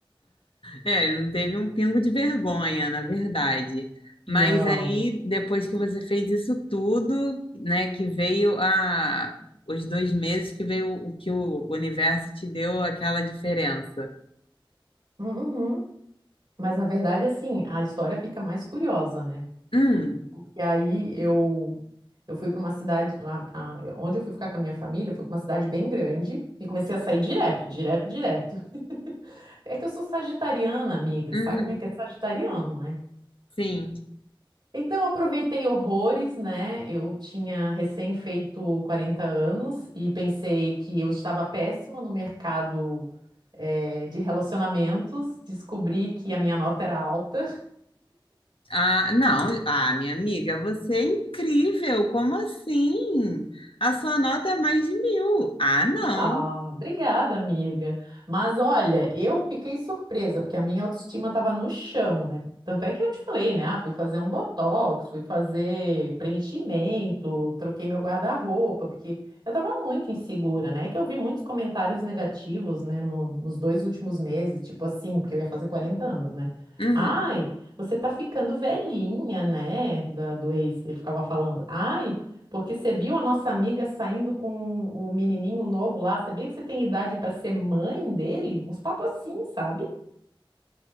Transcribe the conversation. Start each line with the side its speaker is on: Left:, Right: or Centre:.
Left: É, ele não teve um pingo de vergonha, na verdade.
Right: Não.
Left: Mas aí, depois que você fez isso tudo, né, que veio a os dois meses que veio o que o universo te deu aquela diferença.
Right: Uhum. Mas na verdade, assim, a história fica mais curiosa, né?
Left: Hum,
Right: Porque aí eu eu fui para uma cidade lá, a- onde eu fui ficar com a minha família, foi para uma cidade bem grande e comecei a sair direto, direto, direto. <laughs> É que eu sou sagitariana, amiga,
Left: uhum,
Right: sabe como é que é sagitariano, né?
Left: sim.
Right: Então eu aproveitei horrores, né? Eu tinha recém feito 40 anos e pensei que eu estava péssima no mercado eh, de relacionamentos, descobri que a minha nota era alta.
Left: Ah, não. Ah, minha amiga, você é incrível. Como assim? A sua nota é mais de mil. Ah, não.
Right: Ah, obrigada, amiga. Mas olha, eu fiquei surpresa, porque a minha autoestima estava no chão, né? Tanto é que eu te falei, né? Ah, fui fazer um botox, fui fazer preenchimento, troquei meu guarda-roupa, porque eu estava muito insegura, né? É que eu vi muitos comentários negativos, né, no- nos dois últimos meses, tipo assim, porque eu ia fazer 40 anos, né?
Left: Uhum.
Right: Ai, você tá ficando velhinha, né? Da, do ex, ele ficava falando. Ai, porque você viu a nossa amiga saindo com o menininho novo lá? Sabia que você tem idade para ser mãe dele? Uns papos assim, sabe?